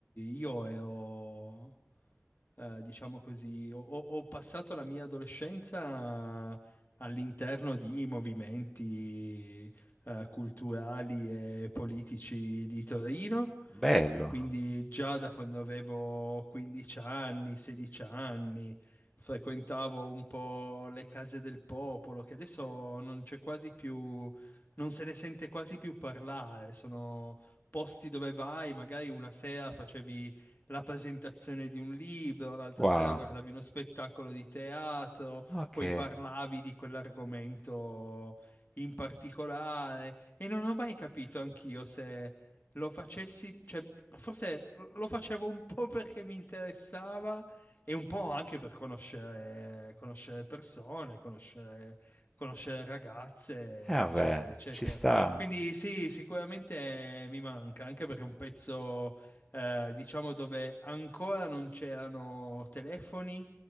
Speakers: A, on the left (about 40°); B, in the centre.
A: io ero eh, diciamo così, ho, ho- ho passato la mia adolescenza all'interno di movimenti eh, culturali e politici di Torino,
B: Bello,
A: quindi già da quando avevo 15 anni, 16 anni, frequentavo un po' le case del popolo, che adesso non c'è quasi più, non se ne sente quasi più parlare, sono posti dove vai, magari una sera facevi la presentazione di un libro, l'altra
B: wow,
A: sera guardavi uno spettacolo di teatro,
B: ok,
A: poi
B: e
A: parlavi di quell'argomento in particolare e non ho mai capito anch'io se lo facessi, cioè forse lo lo facevo un po' perché mi interessava e un po' anche per conoscere, conoscere persone, conoscere, conoscere ragazze,
B: vabbè,
A: eccetera, eccetera.
B: ci sta.
A: Quindi sì, sicuramente mi manca, anche perché è un pezzo eh, diciamo dove ancora non c'erano telefoni,